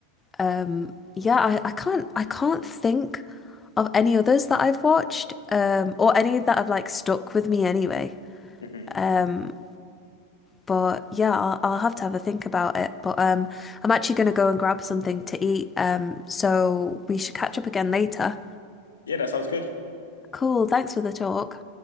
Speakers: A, on the left; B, on the left.
A: Um, yeah, I, I can't I can't think of any others that I've watched, um, or any that have like stuck with me anyway.
B: Mhm.
A: Um,
B: <laughs>
A: but yeah, I'll, I'll have to have a think about it. But um, I'm actually gonna go and grab something to eat. Um, so we should catch up again later.
B: Yeah, that sounds good.
A: Cool, thanks for the talk.